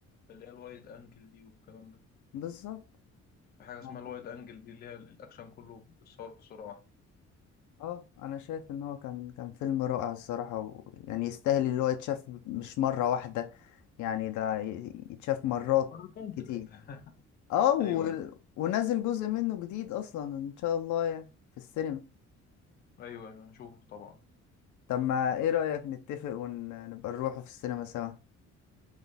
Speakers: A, on the left; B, on the left.
A: اللي هي الوايد انجل دي والكلام ده
B: بالظبط
A: في حاجه اسمها
B: يعني
A: الوايد انجل دي اللي هي الاكشن كله بيتصور في صوره واحده
B: اه انا شايف ان هو كان كان فيلم رائع الصراحة ويعني يستاهل اللي هو يتشاف مش مرة واحدة يعني ده ي- يتشاف مرات
A: مرتين
B: كتير
A: ثلاثه <laughs>
B: اه و...
A: ايوه ايوه
B: ونازل جزء منه جديد اصلا ان شاء الله يعني في السينما
A: ايوه ايوه شوفه طبعا
B: طب ما ايه رأيك نتفق ونبقى نروحه في السينما سوا